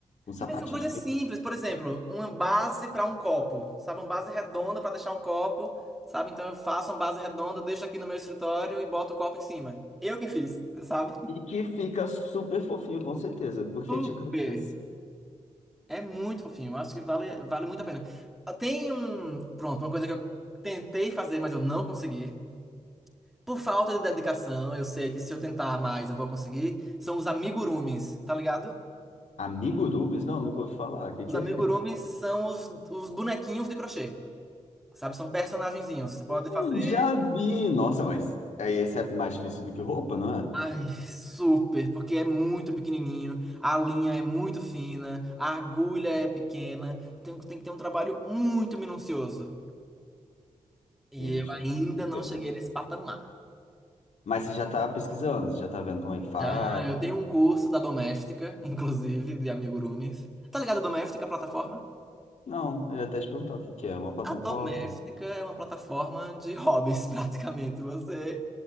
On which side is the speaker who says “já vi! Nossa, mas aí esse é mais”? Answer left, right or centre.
Left